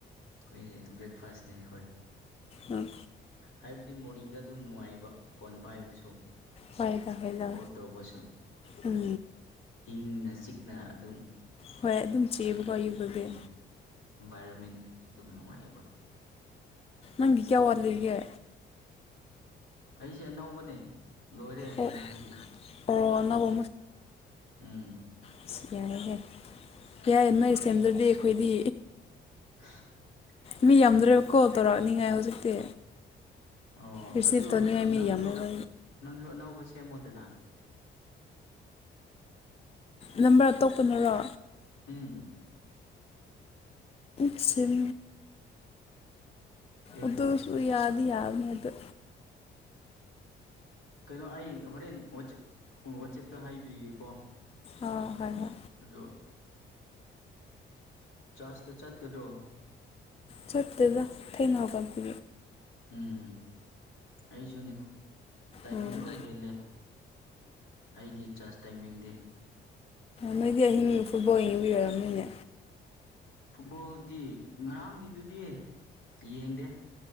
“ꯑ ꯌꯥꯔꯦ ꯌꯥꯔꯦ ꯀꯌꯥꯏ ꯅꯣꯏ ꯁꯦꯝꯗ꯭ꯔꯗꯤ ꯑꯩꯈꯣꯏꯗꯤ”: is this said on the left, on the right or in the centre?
Left